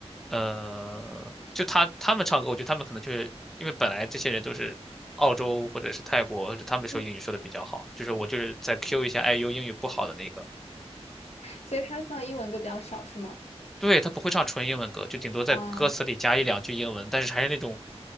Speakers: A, in the centre; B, on the left.
A: 呃，就他他们唱歌，我觉得他们可能就是因为本来这些人都是澳洲或者是泰国，或者他们说英语说的比较好，
B: 嗯，
A: 就是我就是在 Q 一下 IU 英语不好的那个，
B: 所以他唱英文歌比较少，是吗？
A: 对，他不会唱纯英文歌，就顶多在歌词里加一两句英文，
B: 嗯。
A: 但是还是那种，